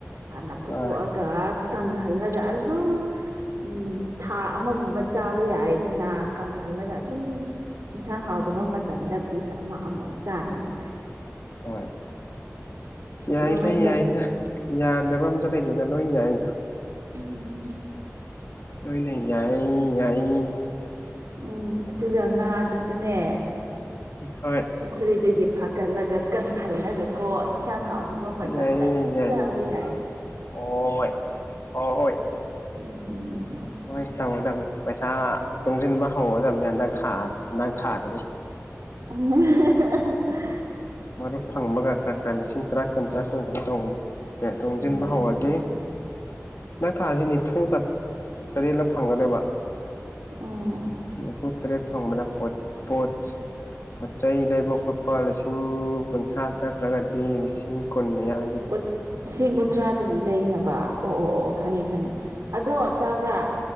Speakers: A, on the right (about 75°); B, on the left (about 50°).
A: ꯍꯥꯟꯅ ꯐꯨꯠꯇꯣꯛꯑꯒ
B: ꯍꯣꯏ
A: ꯀꯥ ꯀꯪ ꯍꯜꯂꯒ ꯑꯗꯨꯝ ꯎꯝ ꯊꯥ ꯑꯃꯒꯨꯝꯕ ꯆꯥꯕ ꯌꯥꯏꯗꯅ ꯀꯪꯍꯜꯂꯒ ꯑꯗꯨꯝ ꯢꯟꯁꯥꯡ ꯍꯥꯎꯗꯕ ꯃꯇꯝꯗ ꯄꯤꯁ ꯑꯃ ꯑꯃꯝ ꯆꯥꯅꯤꯉꯥꯏ
B: ꯍꯣꯏ ꯌꯥꯏꯗ
A: ꯑꯗꯨꯃꯥꯏꯅ ꯇꯧꯕ
B: ꯌꯥꯏꯗ
A: ꯌꯥꯏ
B: ꯌꯥꯗꯕ ꯑꯝꯇ ꯂꯩꯇꯦꯗ ꯂꯣꯢ ꯌꯥꯏꯗ
A: ꯎꯝ
B: ꯂꯣꯢꯅ ꯌꯥꯏꯌꯤ ꯌꯥꯏꯌꯤ
A: ꯎꯝ ꯑꯗꯨꯒ ꯉꯥ ꯑꯗꯨꯁꯨꯅꯦ
B: ꯍꯣꯏ
A: ꯄꯨꯛ ꯄꯨꯈꯔꯤꯗꯒꯤ ꯐꯥꯒꯠꯂꯒ ꯀꯪꯍꯜꯂꯒ ꯀꯣ ꯏꯟꯁꯥꯡ ꯍꯥꯎ ꯗꯕ ꯃꯇꯝꯗ
B: ꯌꯥꯏꯌꯦ
A: ꯑꯗꯨꯝ
B: ꯌꯥꯏꯌꯦ
A: ꯆꯥꯕ ꯌꯥꯏ
B: ꯌꯥꯏꯌꯦ
A: ꯑ
B: ꯍꯣꯏ ꯍꯣꯏ
A: ꯎꯝ
B: ꯍꯣꯏ ꯇꯧꯒꯗꯝꯅꯤ ꯄꯩꯁꯥ ꯇꯨꯡꯖꯤꯡꯕ ꯍꯧꯔꯗꯝꯅꯤ ꯍꯟꯗꯛ ꯊꯥ ꯍꯟꯗꯛ ꯊꯥꯗꯒꯤ
A: <unintelligible>
B: ꯃꯔꯨꯞ ꯐꯪꯕꯒ ꯈꯔ ꯈꯔ ꯂꯤꯁꯤꯡ ꯇꯔꯥ ꯀꯨꯟ ꯇꯔꯥ ꯀꯨꯟ ꯀꯩꯅꯣ ꯇꯧꯅꯤ ꯇꯨꯡꯖꯤꯡꯕ
A: ꯎꯝ
B: ꯍꯧꯔꯒꯤ ꯍꯟꯗꯥꯛ ꯊꯥꯁꯤ ꯅꯤꯐꯨꯒ ꯇꯔꯦꯠꯂꯛ ꯐꯪꯒꯗꯕ
A: ꯑꯣ
B: ꯅꯤꯐꯨ ꯇꯔꯦꯠ ꯐꯪꯕꯗ ꯄꯣꯠ ꯄꯣꯠ ꯄꯣꯠꯆꯩ ꯂꯩꯕ ꯈꯣꯠꯄ ꯂꯥꯁꯤ ꯎꯝ ꯀꯨꯟꯊ꯭ꯔꯥ ꯆꯠꯈ꯭ꯔꯒꯗꯤ ꯂꯤꯁꯤꯡ ꯀꯨꯟ ꯃꯌꯥ
A: ꯎꯠ ꯂꯤꯁꯤꯡ ꯀꯨꯟꯊ꯭ꯔꯥ ꯀꯔꯤ ꯂꯩꯅꯕ ꯑꯣ ꯑꯣ ꯑꯣ ꯈꯪꯉꯦ ꯈꯪꯉꯦ ꯑꯗꯣ ꯆꯥꯕ꯭ꯔꯥ